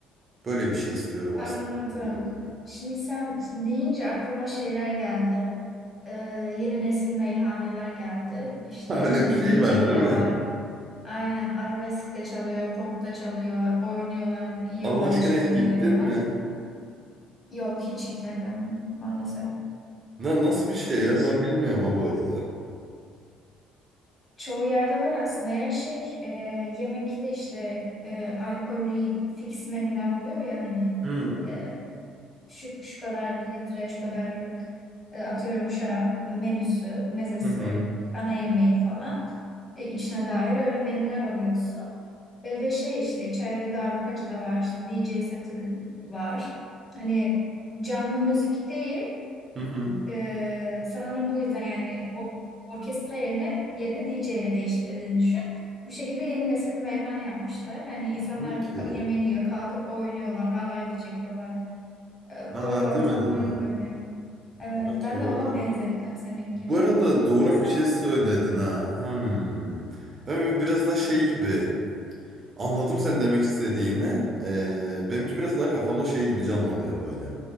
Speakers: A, on the right; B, on the left.
A: Böyle bir şey istiyorum aslında.
B: Anladım.
A: daha ziyade.
B: Şimdi sen deyince aklıma şeyler geldi. Ee, yeni nesil meyhaneler geldi. İşte
A: <laughs> Öyle
B: içinde
A: bir şey
B: DJ
A: var değil
B: de
A: mi?
B: var. Aynen arabesk de çalıyor, pop da çalıyor, oynuyorlar, yiyorlar,
A: Allah aşkına
B: içiyorlar,
A: hiç gittin
B: eğleniyorlar.
A: mi?
B: Yok hiç gitmedim maalesef.
A: Na, nasıl bir şey ya?
B: Hiç.
A: Ben bilmiyorum ha bu arada.
B: Çoğu yerde var aslında. Her şey e, yemekli işte e, alkollü fix menüler oluyor ya hani
A: Hı
B: e, şu, şu kadar litre, şu kadarlık e, atıyorum şarap menüsü, mezesi,
A: hı hı
B: ana yemeği falan e, içine dahil öyle menüler alıyorsun. E, ve şey işte içeride darbukacı da var, işte D J seti var. Hani canlı müzik değil,
A: hı. hı.
B: e, sanırım bu yüzden yani o- orkestra yerine yerini D J ile değiştirdiğini düşün. Bu şekilde yeni nesil bir meyhane yapmışlar. Hani insanlar
A: Okey.
B: ka- yemeğini yiyor, kalkıp oynuyorlar, halay da çekiyorlar. E,
A: Ha
B: öyle ortamlar
A: değil mi değil mi?
B: var yani. Evet,
A: Okey
B: ben de
A: o
B: ona
A: da.
B: benzettim seninkini.
A: Bu arada doğru
B: Ve sen
A: bir şey söyledin ha. Hmm. Ben böyle biraz da şey gibi. Anladım senin demek istediğini. Ee, benimki biraz daha kafamda şey gibi canlanıyor böyle.